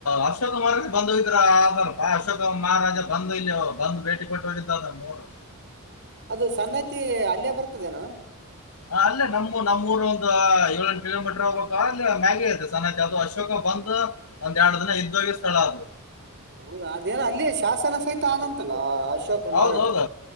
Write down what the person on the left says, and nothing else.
ಅಶೋಕ ಮಾರ ಬಂದ ಇದ್ರ ಅಲ್ ಅಶೋಕ ಮಹಾರಾಜ ಬಂದ ಇಲ್ಲಿ ಬಂದು ಭೇಟಿ ಕೊಟ್ಟಿದು ಮೂರು
ಹಾ ಅಲ್ಲೇ ನಮ್ಮ ನಮ್ಮೂಊರ್ ಒಂದ್ ಏಲೆಂಟು ಕಿಲೋಮೀಟರ್ ಹೋಗ್ಬೇಕು ಅಲ್ಲ ಮ್ಯಾಗೆ ಐತೆ ಸನತಿ ಅದು ಅಶೋಕ ಬಂದ ಒಂದ್ ಎರಡು ದಿನ ಇದ್ದೋಗಿ ಸ್ಥಳ ಅದು
ಹೌದೌದು